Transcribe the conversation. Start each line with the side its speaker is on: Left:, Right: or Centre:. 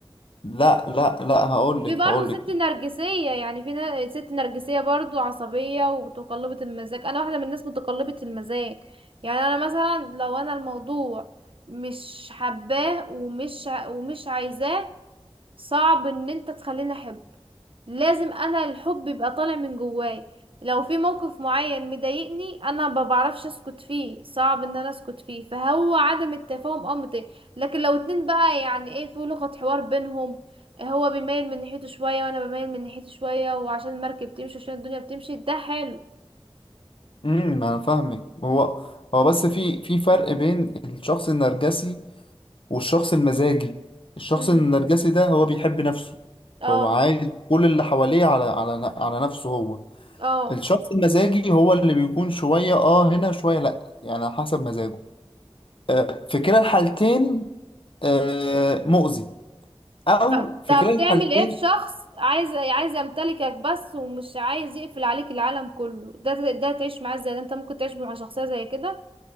Left: لا لا لا هقول
Right: وفي
Left: لك
Right: برضه
Left: هقول
Right: ست
Left: لك
Right: نرجسية يعني في نا- ست نرجسية برضه عصبية ومتقلبة المزاج أنا واحدة من الناس متقلبة المزاج يعني أنا مثلا لو أنا الموضوع مش حباه ومش ع- ومش عايزاه صعب ان انت تخليني احبه لازم انا الحب يبقى طالع من جواي لو في موقف معين مضايقني انا ما بعرفش اسكت فيه صعب ان انا اسكت فيه فهو عدم التفاهم امر طبيعي. لكن لو اتنين بقى يعني ايه في لغة حوار بينهم هو بيميل من ناحيته شوية وانا بميل من ناحيته شوية وعشان المركب تمشي عشان الدنيا بتمشي ده حلو
Left: امم انا فاهمك هو هو بس في في فرق بين الشخص النرجسي والشخص المزاجي الشخص
Right: امم
Left: النرجسي ده هو بيحب نفسه
Right: اه
Left: فهو عايز كل اللي حواليه على على على نفسه هو
Right: اه
Left: الشخص المزاجي هو اللي بيكون شوية اه هنا شوية لا يعني على حسب مزاجه آه، في كلا الحالتين آه، مؤذي او
Right: طب
Left: في
Right: طب
Left: كلا الحالتين
Right: تعمل ايه في شخص عايز عايز يمتلكك بس ومش عايز يقفل عليك العالم كله ده ده تعيش معاه ازاي ده انت ممكن تعيش مع شخصية زي كده